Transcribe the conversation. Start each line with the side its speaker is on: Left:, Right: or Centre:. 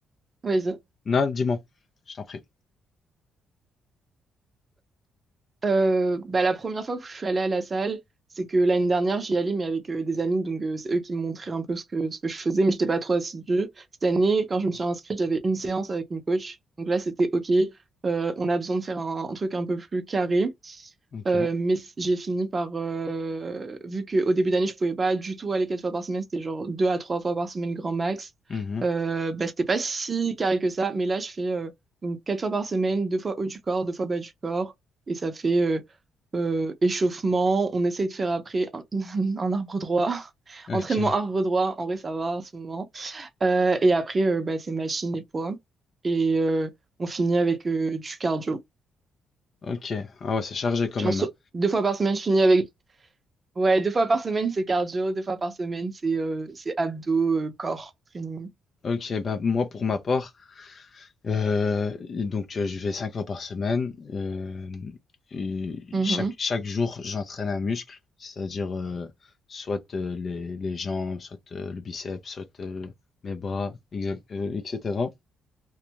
Right: Vas-y.
Left: non, dis-moi, je t'en prie.
Right: Euh, bah, la première fois que je suis allée à la salle, c'est que l'année dernière, j'y allais, mais avec euh, des amis. Donc, euh, c'est eux qui me montraient un peu ce que, ce que je faisais, mais j'étais pas trop assidue. Cette année, quand je me suis inscrite, j'avais une séance avec une coach. Donc là, c'était OK. euh, on a besoin de faire un, un truc un peu plus carré.
Left: Ok.
Right: Euh, mais c- j'ai fini par, euh, vu qu'au début d'année, je pouvais pas du tout aller quatre fois par semaine, c'était genre deux à trois fois par semaine grand max.
Left: Mhm.
Right: Euh, bah, c'était pas si carré que ça, mais là, je fais euh, donc quatre fois par semaine, deux fois haut du corps, deux fois bas du corps, et ça fait euh, euh, échauffement. On essaye de faire après un, <laughs> un arbre droit, <laughs>
Left: Ok,
Right: entraînement arbre droit, en vrai, ça va en ce moment. Euh, et après, euh, bah, c'est machine et poids, et euh, on finit avec euh, du cardio.
Left: ok. Ah ouais, c'est chargé quand
Right: Genre,
Left: même.
Right: so-
Left: hein.
Right: deux fois par semaine, je finis avec Ouais, deux fois par semaine, c'est cardio, deux fois par semaine, c'est euh, c'est abdos, euh, corps, training.
Left: Ok, ben moi pour ma part, Heu et donc heu, je vais 5 fois par semaine, hem et
Right: Mhm.
Left: chaque chaque jour, j'entraîne un muscle, c'est-à-dire, heu, soit, heu, les les jambes, soit, heu, le biceps, soit, heu, mes bras, exact heu et cetera.